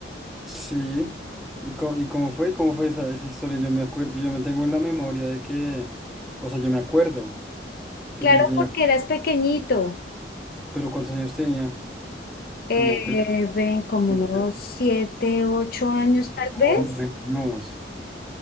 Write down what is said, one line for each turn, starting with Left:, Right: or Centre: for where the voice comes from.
Centre: Sí. ¿Y co- y cómo fue? ¿Cómo fue esa, esa historia? Yo me acuerdo, yo me tengo en la memoria de que, o sea, yo me acuerdo, pero
Left: Claro,
Centre: yo tenía,
Left: porque eras pequeñito,
Centre: pero ¿cuántos años tenía?
Left: eh,
Centre: Como tres.
Left: ven, como
Centre: como
Left: unos
Centre: que-
Left: siete, ocho años tal
Centre: No,
Left: vez.
Centre: menos,